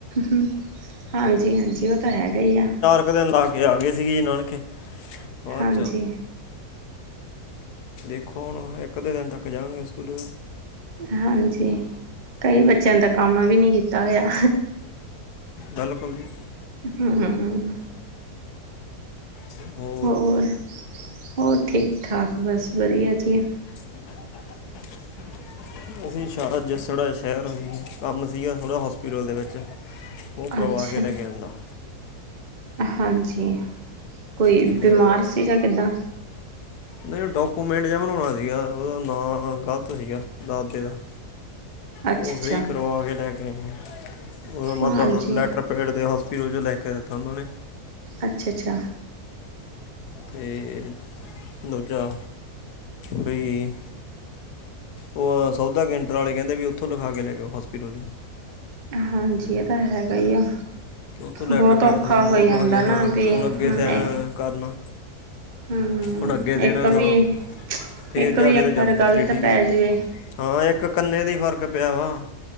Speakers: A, on the right (about 35°); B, on the left (about 80°).
A: ਹੂੰ। ਹਾਂਜੀ-ਹਾਂਜੀ ਓ ਤਾ ਹੈਗਾ ਈ ਆ।
B: ਇੱਕ ਦਿਨ ਲਾ ਕੇ ਆ ਗਏ ਸੀਗੇ ਜੀ ਨਾਨਕੇ ਬਾਅਦ
A: ਹਾਂਜੀ
B: 'ਚ ਦੇਖੋ ਹੁਣ ਇੱਕ ਅੱਧੇ ਦਿਨ ਤੱਕ ਜਾਣਗੇ ਸਕੂਲ
A: ਹਾਂਜੀ ਕਈ ਬੱਚਿਆਂ ਦਾ ਕੰਮ ਵੀ ਨਈ ਕੀਤਾ ਹੋਇਆ।
B: ਬਿਲਕੁਲ ਜੀ।
A: ਹੂੰ-ਹੂੰ
B: ਠੀਕ ਓ।
A: ਹੋਰ-ਹੋਰ ਠੀਕ-ਠਾਕ ਬਸ ਵਧੀਆ ਜੀ।
B: <inaudible> ਅਸੀਂ ਸ਼ਾਹ ਜਿਸ ਸਾੜਾ ਸ਼ਹਿਰ ਕੰਮ ਸੀਗਾ ਥੋੜ੍ਹਾ ਹੋਸਪਿਟਲ ਦੇ ਵਿੱਚ ਓ ਕਰਵਾ
A: ਅੱਛਾ
B: ਕੇ ਲੈ ਆਂਦਾ।
A: ਹਾਂਜੀ। ਕੋਈ
B: ਤੇ
A: ਬਿਮਾਰ ਸੀ ਜਾਂ ਕਿੱਦਾਂ
B: ਨਈ ਡਾਕੂਮੈਂਟ ਜਿਹਾ ਬਣਾਣਾ ਸੀਗਾ ਉਹਦਾ ਨਾਂ ਗਲਤ ਸੀਗਾ ਦਾਦੇ ਦਾ
A: ਅੱਛਾ
B: ਓ
A: ਅੱਛਾ
B: ਸਈ ਕਰਵਾ ਕੇ ਲੈ ਕੇ ਆਇਆ ਉਹਦਾ ਮਤਲਬ
A: ਹਾਂਜੀ
B: ਲੈਟਰ ਪ੍ਰਾਈਟ ਦੇ ਹੋਸਪੀਟਲ 'ਚੋਂ ਲੈ ਕੇ ਦਿੱਤਾ ਉਹਨਾਂ ਨੇ
A: ਅੱਛਾ-ਅੱਛਾ।
B: ਤੇ ਦੂਜਾ ਬਈ ਓ ਸੌਦਾ ਗਿਣਟਰ ਵਾਲੇ ਕੈਂਦੇ ਵੀ ਉੱਥੋਂ ਲਿਖਾ ਕੇ ਲੈ ਆਓ ਹੋਸਪਿਟਲ 'ਚ
A: ਹਾਂਜੀ ਇਹ ਤਾ ਹੈਗਾ ਈ ਆ।
B: ਉੱਥੋਂ ਲੈਟਰ
A: ਬੋਤ
B: ਪੈਡ
A: ਔਖਾ
B: ਤੇ ਫਿਰ ਮੋਹਰ
A: ਹੋ ਜਾਂਦਾ
B: ਲਾ ਕੇ ਹਾਂ
A: ਨਾ ਬੀ
B: ਹੁਣ ਅੱਗੇ ਸੈਂ
A: ਏ।
B: ਕਰਨਾ
A: ਹੂੰ
B: ਹੁਣ ਅੱਗੇ ਦੇਣਾ
A: ਇੱਕ
B: ਗਾ
A: ਵੀ-ਇੱਕ
B: ਉਹ ਫਿਰ ਜਾ
A: ਵੀ
B: ਕੇ
A: ਅੱਖਰ
B: ਤੇ ਜਨਮ ਪੱਤਰੀ
A: ਗਲਤ
B: ਠੀਕ
A: ਪੈ
B: ਹੋਣੀ
A: ਜਵੇ।
B: ਹਾਂ ਇੱਕ ਕੰਨੇ ਦੀ ਫਰਕ ਪਿਆ ਵਾ